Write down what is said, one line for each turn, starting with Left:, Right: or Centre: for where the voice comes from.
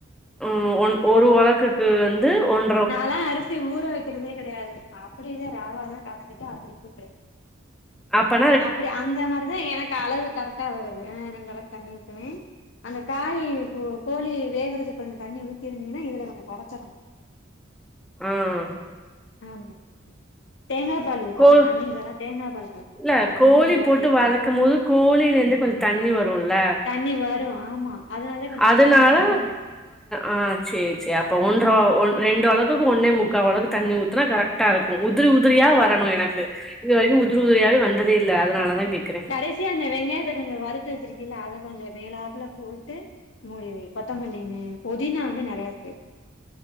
Centre: ம் ஒரு உலக்குக்கு வந்து ஒன்
Left: நாலா அரிசிய ஊற வைக்கிறதே கெடையாது அப்டிதா ராவாதா கலந்துட்டு அப்டியே பொட்டுருவே
Centre: அப்ப
Left: அப்டி அந்த மாரிதா எனக்கு அளவு கரெக்டா வருது ஆ அந்த அளவுக்கு தண்ணி ஊத்துவே அந்த காய்யி கோ கோழி வேகறதுக்கு கொஞ்ச தண்ணி ஊத்திருந்தீங்கனா இதுல கொஞ்ச கொறச்சிறணு
Centre: ம்
Left: ஆமா தேங்கா பால் ஊத்தலா
Centre: கோ
Left: தண்ணி வேணா தேங்கா பால் கலந்துக்க
Centre: இல்ல
Left: அது
Centre: கோழி
Left: இன்னு நல்லா
Centre: போட்டு
Left: டேஸ்டா
Centre: வதக்கும் போது கோழில இருந்து கொஞ்ச தண்ணி வரும்ல
Left: தண்ணி வரு ஆமா அதனாலதா கொஞ்ச
Centre: அதனால
Left: கொறச்சர்ணுங்கிற
Centre: ஆ செரி செரி அப்ப ஒன்ற ரெண்டு உலக்குக்கு ஒன்னே முக்கால் உலக்கு தண்ணி ஊத்துனா கரெக்ட் டா இருக்கு உதிரி உதிரியா
Left: ஆமா
Centre: வரணு
Left: ஆமா
Centre: எனக்கு இது வரைக்கு உதுரு உதிரியாவே
Left: ம்
Centre: வந்ததே இல்ல அதனால தா கேட்கற
Left: கடைசியா அந்த வெங்காயத்த கொஞ்ச வறுத்து வச்சிருக்கீள அத கொஞ்ச மேலாப்ல போட்டு மூடி வை கொத்தமல்லி பொதினா வந்து நறைய சேர்